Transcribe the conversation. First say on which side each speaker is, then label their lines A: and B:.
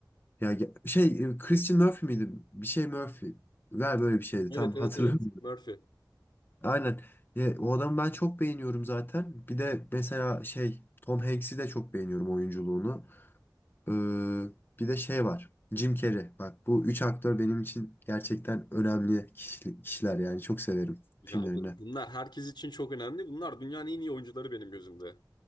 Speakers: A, on the left (about 30°); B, on the left (about 85°).
A: Ya ge- şey e, Christian Murphy miydi? Bir şey Murphy. Galiba böyle bir şeydi.
B: Evet
A: Tam hatırlamıyorum.
B: evet evet. Murphy.
A: Aynen. Ya, o adamı ben çok beğeniyorum zaten. Bir de mesela şey Tom Hanks'i de çok beğeniyorum oyunculuğunu. Ee, bir de şey var. Jim Carrey. Bak bu üç aktör benim için gerçekten önemli kişi- kişiler yani. Çok severim
B: Ya
A: filmlerini.
B: bu- bunlar herkes için çok önemli. Bunlar dünyanın en iyi oyuncuları benim gözümde.